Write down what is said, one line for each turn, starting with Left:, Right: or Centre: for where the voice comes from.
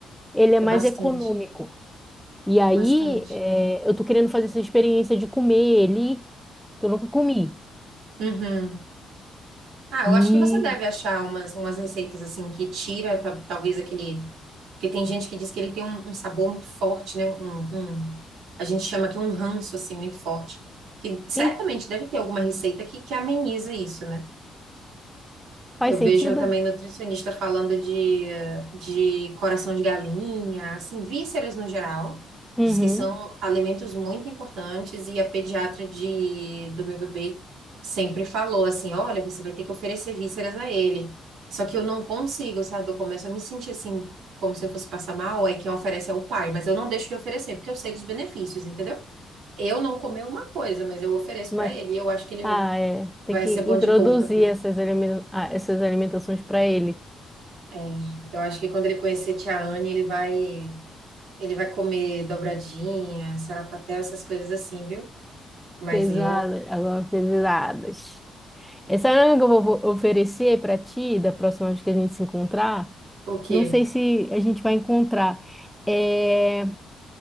Centre: ele é
Right: É
Centre: mais
Right: bastante,
Centre: econômico. E aí
Right: bastante.
Centre: é, eu tô querendo fazer essa experiência de comer ele, que eu nunca comi.
Right: Uhum. Ah, eu
Centre: E,
Right: acho que você deve achar umas, umas receitas assim que tira ta- talvez aquele. Porque tem gente que diz que ele tem um, um sabor muito forte, né? Um, um- a gente chama aqui um ranço assim muito forte. Que certamente
Centre: e
Right: deve ter alguma receita que, que ameniza isso, né?
Centre: faz
Right: Eu vejo
Centre: sentido?
Right: também nutricionista falando de, de coração de galinha, assim, vísceras no geral.
Centre: Uhum.
Right: Diz que são alimentos muito importantes e a pediatra de, do meu bebê sempre falou assim, olha, você vai ter que oferecer vísceras a ele. Só que eu não consigo, sabe? Eu começo a me sentir assim, como se eu fosse passar mal, aí quem oferece é o pai, mas eu não deixo de oferecer, porque eu sei dos benefícios, entendeu? Eu não comer uma coisa, mas eu ofereço
Centre: Mas
Right: para ele, e eu acho que ele
Centre: Ah, é. Tem
Right: vai
Centre: que
Right: ser bom
Centre: introduzir
Right: de boca, viu?
Centre: essas, elimin- ah, essas alimentações para ele.
Right: É, eu acho que quando ele conhecer Tia Anne, ele vai, ele vai comer dobradinha, sarapatel, essas coisas assim, viu? Mas
Centre: Pesadas,
Right: eu,
Centre: agora pesadas. Essa é uma que eu vou vou oferecer para ti, da próxima vez que a gente se encontrar.
Right: o quê?
Centre: Não sei se a gente vai encontrar. É